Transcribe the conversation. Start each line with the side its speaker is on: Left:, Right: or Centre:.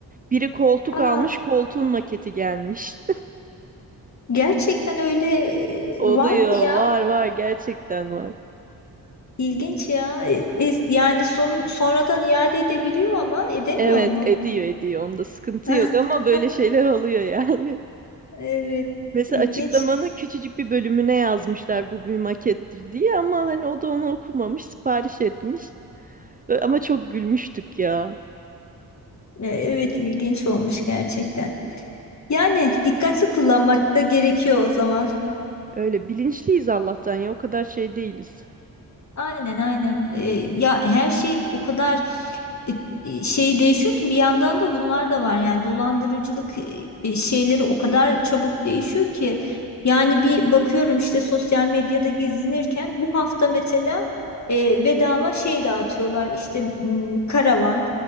Right: Biri koltuk
Left: Aa,
Right: almış, koltuğun maketi gelmiş. <laughs>
Left: gerçekten öyle e,
Right: Oluyor,
Left: var mı ya?
Right: var var gerçekten var.
Left: İlginç ya. E, e, yani sonu sonradan iade edebiliyor ama edemiyor
Right: Evet,
Left: mu?
Right: ediyor ediyor. Onda sıkıntı
Left: <laughs>
Right: yok ama böyle şeyler oluyor yani.
Left: Evet.
Right: Mesela
Left: ilginç
Right: açıklamanın küçücük bir bölümüne yazmışlar bu bir makettir diye ama hani o da onu okumamış, sipariş etmiş. Ö- Ama çok gülmüştük ya.
Left: E, Evet ilginç olmuş gerçekten. Yani dikkatli kullanmak da gerekiyor o zaman.
Right: Öyle bilinçliyiz Allah'tan ya o kadar şey değiliz.
Left: Aynen aynen. Ee, ya her şeyin o kadar e, e, şeyi değişiyor ki bir yandan da bunlar da var. Yani dolandırıcılık e, e, şeyleri o kadar çabuk değişiyor ki yani bir bakıyorum işte sosyal medyada gezinirken bu hafta mesela e, bedava şey dağıtıyorlar işte m, karavan.